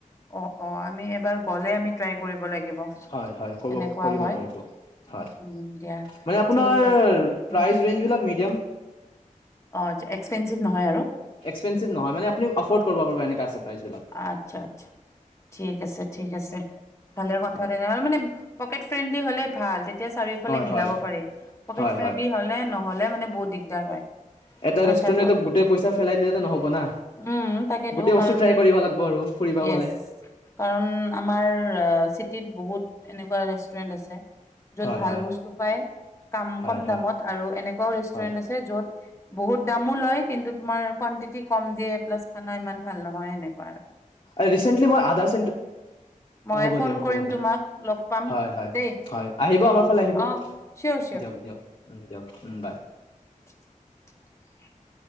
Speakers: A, on the left; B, on the left.
A: অ অ আমি এবাৰ গ'লে আমি ট্ৰাই কৰিব লাগিব
B: হয় হয় ক'ব
A: এনেকুৱা
B: কৰিব
A: হয়
B: পাৰিব হয়
A: উম, দিয়া
B: মই আপোনাৰ
A: ঠিক
B: প্ৰাই
A: আছে উম,
B: ৰেঞ্জবিলাক মিডিয়াম
A: অ এক্সঞ্জ্যিভ নহয় আৰু
B: এক্সপেঞ্চিভ নহয় মানে আুনি এফৰ্ড কৰিব পাৰ এনেকা আছে। প্ৰাইচ বিলাক
A: আচ্ছা আচ্ছা ঠিক আছে ঠিক আছে ভালে কথা
B: হয়
A: এ মানে পেকেট ফ্ৰেন্দলি হ'লে ভাল তেতিয়া। এতিয়া চাৰিওফালে
B: হয়
A: মিলাব
B: হয়
A: পাৰি পকেট
B: হয়
A: ফ্ৰেণ্ডলি
B: হয়
A: হলে নহলে মানে বহুত দিগদাৰ হয়
B: এটা
A: পইচাটো
B: ৰেষ্টুৰেণ্টত গোটেই পইচা পেলাই দিলেতো নহ'ব না
A: উম তাকেতো
B: গোটেই বস্তু
A: কাৰণ
B: ট্ৰাই কৰিব লাগিব আৰু ফুৰিব
A: য়েচ
B: গ'লে
A: কাৰণ আমাৰ চিটিত বহুত এনেকুৱা ৰেষ্টুৰেণ্ট আছে য'ত
B: হয়
A: ভাল
B: হয়
A: বস্তু পাই কাম
B: হয়
A: কম
B: হয়
A: দামত আৰু এনেকুৱাও ৰেষ্টুৰেণ্ট
B: হয়
A: আছে য'ত বহুত দামো লয় কিন্তু তোমাৰ কোৱাণ্টিটি কম দিয়ে প্লাছ খানা ইমান ভাল নহয় সেনেকে
B: এ ৰিচেণ্টলি মই আদা ছেণ্ট
A: মই
B: হ'ব
A: ফোন
B: দিয়ক
A: কৰিম
B: হ'ব দিয়ক
A: তোমাক লগ পাম
B: হয় হয়
A: দেই
B: হয় আহিব
A: অকে অ
B: আমাৰ ফালে আহিব
A: চিয়'ৰ
B: দিয়ক দিয়ক উম দিয়ক উ বাই
A: মে'